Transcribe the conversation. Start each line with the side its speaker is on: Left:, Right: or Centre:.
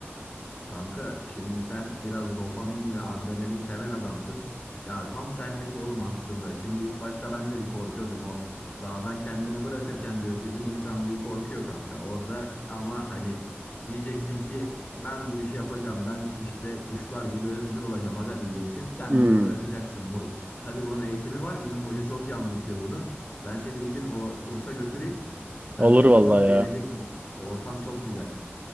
Left: Kanka şimdi sen biraz dopamin ve adrenalin seven adamsın. Ya tam senlik oğlum aslında. Şimdi ilk başta ben de bir korkuyordum o dağdan kendini bırakırken gökyüzüne insan bir korkuyor kanka. Orada ama hani diyeceksin ki ben bu işi yapacağım. Ben işte kuşlar gibi özgür olacağım aga diyeceksin. Kendini
Right: Hmm.
Left: bırakacaksın moruk. Tabii bunun eğitimi var. Bizim hoca çok iyi anlatıyor bunu. Ben seni bir gün o kursa götüreyim. Sen
Right: Olur
Left: onu
Right: vallahi
Left: çok beğeneceksin.
Right: ya.
Left: O ortam çok güzel.